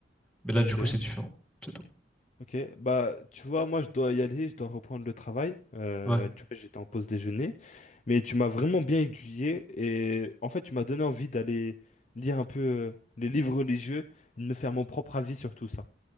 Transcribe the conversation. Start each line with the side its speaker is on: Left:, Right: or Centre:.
Centre: Mais
Left: Ok.
Centre: là, du coup, c'est différent. C'est tout.
Left: Ok, bah tu vois, moi je dois y aller, je dois reprendre le travail. Euh,
Centre: Ouais.
Left: tu vois, j'étais en pause déjeuner, mais tu m'as vraiment bien aiguillé et en fait tu m'as donné envie d'aller lire un peu euh, les livres religieux, et de me faire mon propre avis sur tout ça.